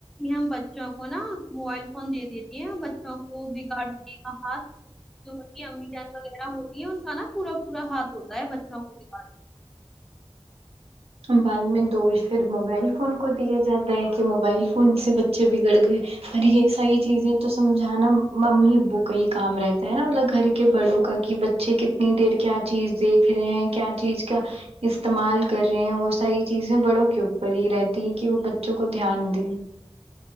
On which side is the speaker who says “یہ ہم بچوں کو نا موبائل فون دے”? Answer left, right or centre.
Centre